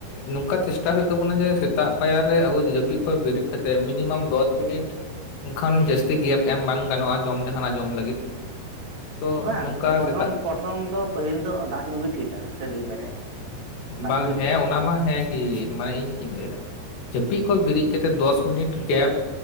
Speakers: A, on the left (about 80°); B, on the right (about 50°).
A: ᱱᱚᱝᱠᱟ ᱪᱮᱥᱴᱟ ᱦᱩᱭᱩᱜ ᱛᱟᱵᱱᱟ ᱡᱮ, ᱥᱮᱛᱟᱜ ᱯᱟᱭᱟᱨ ᱨᱮ ᱟᱵᱚ ᱡᱟᱹᱯᱤᱫ ᱠᱷᱚᱡ ᱵᱮᱨᱤᱫ ᱠᱟᱛᱮ ᱢᱤᱱᱤᱢᱟᱢ ᱫᱚᱥ ᱢᱤᱱᱤᱴᱼᱼ ᱮᱱᱠᱷᱟᱱ ᱡᱟᱹᱥᱛᱤ ᱜᱮᱯ ᱮᱢ ᱵᱟᱝ ᱜᱟᱱᱚᱜᱼᱟ ᱡᱚᱢ ᱡᱟᱦᱟᱱᱟᱜ ᱡᱚᱢ ᱞᱟᱹᱜᱤᱫ᱾ ᱛᱚ
B: ᱵᱟᱝ
A: ᱱᱚᱝᱠᱟ
B: ᱯᱨᱚᱛᱷᱚᱢ,
A: ᱥᱮᱛᱟᱜ
B: ᱯᱨᱚᱛᱷᱚᱢ ᱫᱚ ᱯᱟᱹᱦᱤᱞ ᱫᱚ ᱫᱟᱜ ᱧᱩ ᱜᱮ ᱴᱷᱤᱠᱟ ᱠᱷᱟᱹᱞᱤ ᱯᱮᱴᱮ᱾ ᱫᱟᱜ
A: ᱵᱟᱝ
B: ᱧᱩ ᱜᱮ
A: ᱦᱮᱸ
B: ᱴᱷᱤᱠᱟ
A: ᱚᱱᱟᱢᱟ ᱦᱮᱸ ᱜᱤ ᱢᱟᱱᱮ ᱤᱧ ᱪᱤᱫ ᱤᱧ ᱞᱟᱹᱭ ᱫᱟ᱾ ᱡᱟᱹᱯᱤᱜ ᱠᱷᱚᱡ ᱵᱮᱨᱤᱫ ᱠᱟᱛᱮ ᱫᱚᱥ ᱢᱤᱱᱤᱴ ᱜᱮᱯ